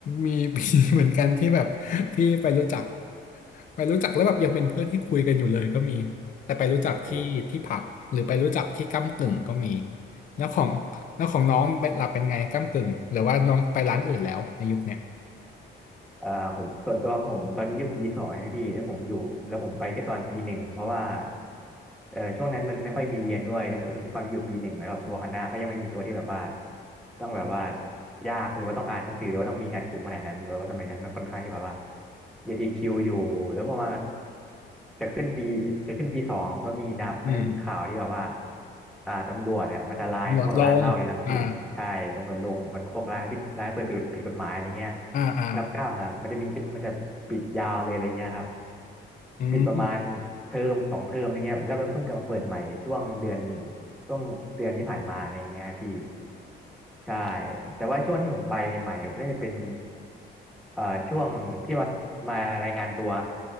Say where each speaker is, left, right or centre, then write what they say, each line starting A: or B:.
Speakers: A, on the left; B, in the centre.
A: มี <laughs> มีเหมือนกันที่แบบพี่ไปรู้จักไปรู้จักแล้วแบบยังเป็นเพื่อนที่คุยกันอยู่เลยก็มีแต่ไปรู้จักที่ที่ผับหรือไปรู้จักที่ก้ำกึ่งก็มี
B: โห
A: แล้วของแล้วของน้องเป็นหลับเป็นไงก้ำกึ่งหรือว่าน้องไปร้านอื่นแล้วในยุคเนี้ย
B: อ่าผมส่วนตัวผมตอนนี้อยู่ปีสองนะพี่แล้วผมอยู่แล้วผมไปแค่ตอนปีหนึ่งเพราะว่าเออช่วงนั้นมันไม่ค่อยมีเรียนด้วยด้วยความที่อยู่ปีหนึ่งแล้วแบบตัวคณะเขายังไม่มีตัวที่แบบว่าต้องแบบว่ายากหรือว่าต้องอ่านหนังสือหรือว่าต้องมีงานกลุ่มขนาดนั้นแบบว่าสมัยนั้นมันค่อนข้างที่แบบว่าเรียนดีคิวอยู่แล้วพอมาจะขึ้นปีจะขึ้นปีสองก็มีดับมันจะมีข่าวที่แบบว่า
A: อืม
B: อ่าตำรวจเนี่ยมาทลายพวกร้านเหล้าในรังสิตใช่ตำรวจลงมันพวกร้านผิดร้านเปิดผิดผิดกฎหมายอะไรเงี้ย
A: ลดลงอ่าอ่าอ่า
B: รับกล้ามอ่ะมันจะมีมันจะปิดยาวเลยอะไรเงี้ยครับ
A: อืม
B: ปิดประมาณเทอมสองเทอมอะไรเงี้ยแล้วมันเพิ่งกลับมาเปิดใหม่ช่วงเดือนช่วงเดือนที่ผ่านมาอะไรเงี้ยพี่ใช่แต่ว่าช่วงที่ผมไปใหม่ๆน่าจะเป็นเอ่อช่วงที่มามารายงานตัว